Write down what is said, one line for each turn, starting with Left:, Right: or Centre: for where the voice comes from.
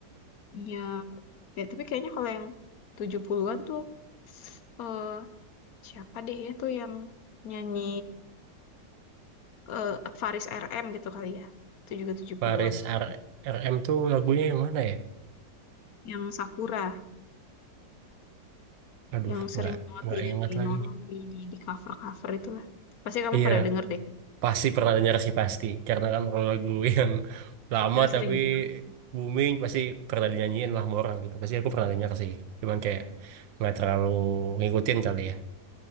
Left: Ya, ya tapi kayaknya kalau yang 70-an tuh eh Siapa deh ya tuh yang nyanyi eh, Faris RM gitu kali ya. Itu juga 70-an
Right: Paris
Left: tuh kayaknya.
Right: R RM tuh lagunya yang mana ya?
Left: Yang Sakura,
Right: Aduh,
Left: yang sering
Right: nggak
Left: banget
Right: nggak
Left: dia nyanyi
Right: ingat lagi.
Left: Noron di di, di cover-cover itulah. Pasti kamu
Right: Iya,
Left: pada denger deh.
Right: pasti pernah dengar sih pasti. Karena kan kalau lagu <laughs> yang lama
Left: Karena
Right: tapi
Left: sering di cover.
Right: booming pasti pernah dinyanyiin lah sama orang gitu. Pasti aku pernah dengar sih. Cuman kayak nggak terlalu ngikutin kali ya.